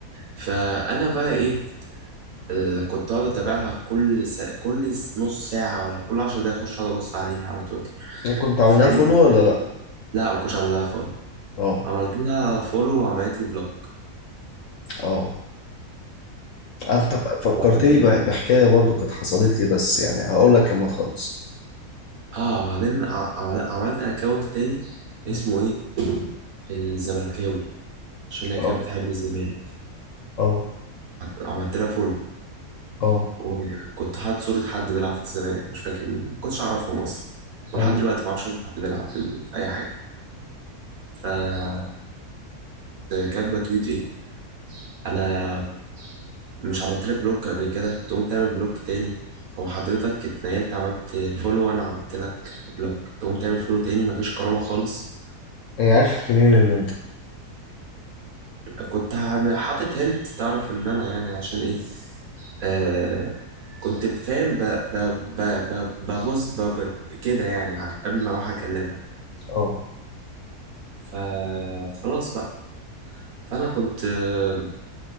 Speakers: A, on the right; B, on the left.
A: فانا بقى ايه آه، كنت اقعد اتابعها كل سا... كل نص ساعه ولا كل 10 دقايق اخش اقعد ابص عليها على تويتر
B: يعني كنت عاملها
A: فايه
B: فولو ولا لأ؟
A: لا ما كنتش اعملها
B: اه
A: عملت لها فولو وعملت لي بلوك
B: اه أنت ف- فكرتني
A: وبعدين
B: ب... بحكاية برضو كانت حصلت لي بس يعني هقول لك لما تخلص
A: اه بعدين ع- عمل... عملت اكونت تاني
B: م.
A: اسمه ايه الزملكاوي عشان هي
B: اه
A: كانت بتحب الزمالك
B: اه
A: وعملت لها فولو
B: اه
A: وكنت حاطط صورة حد بيلعب في الزمالك مش فاكر مين ما كنتش اعرفهم اصلا ولحد
B: أيوة
A: دلوقتي ما اعرفش ولا حد بيلعب في... في اي حاجة فراحت كاتبة تويت ايه انا مش عملت لك بلوك قبل كده تقوم تعمل بلوك تاني هو حضرتك اتنقلت عملت فولو وانا عملت لك بلوك تقوم تعمل فولو تاني مفيش كرامة خالص
B: هي عارف منين إن أنت
A: كنت هعمل- حاطط هنت تعرف ان انا يعني عشان ايه آه كنت فاهم ب- ب- ب- ب- بغز ب- ب- كده يعني ع- قبل ما اروح اكلمها
B: اه
A: فخلاص بقى فانا كنت آه